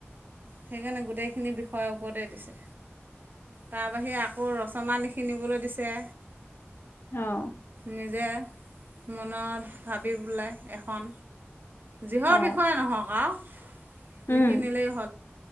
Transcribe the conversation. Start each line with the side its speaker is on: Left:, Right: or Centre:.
Right: সেইকাৰণে গোটেইখিনি বিষয়ৰ ওপৰতে দিছে। তাৰ বাহিৰে আকৌ ৰচ ছমাহ লিখি নিবলৈ দিছে
Left: অঁ
Right: নিজে মনত ভাবি পেলাই এখন যিহৰ
Left: অ
Right: বিষয়ে নহওক আৰু লিখি
Left: উম
Right: নিলেই